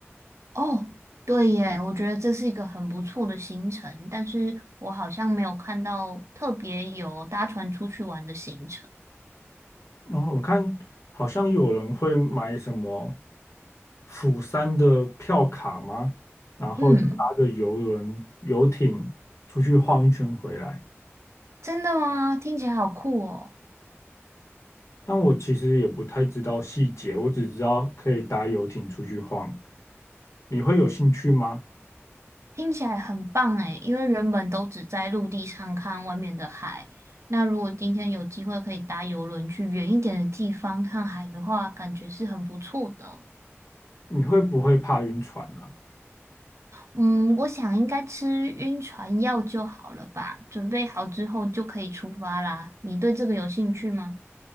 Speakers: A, on the right; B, on the left.
A: 哦，对耶，我觉得这是一个很不错的行程，但是我好像没有看到特别有搭船出去玩的行程。
B: 然后我看好像有人会买什么釜山的票卡吗？然后就搭着游轮、
A: 嗯，
B: 游艇出去晃一圈回来。
A: 真的吗？听起来好酷哦，
B: 但我其实也不太知道细节，我只知道可以搭游艇出去晃。你会有兴趣吗？
A: 听起来很棒诶，因为原本都只在陆地上看外面的海，那如果今天有机会可以搭游轮去远一点的地方看海的话，感觉是很不错的。
B: 你会不会怕晕船啊？
A: 嗯，我想应该吃晕船药就好了吧，准备好之后就可以出发啦。你对这个有兴趣吗？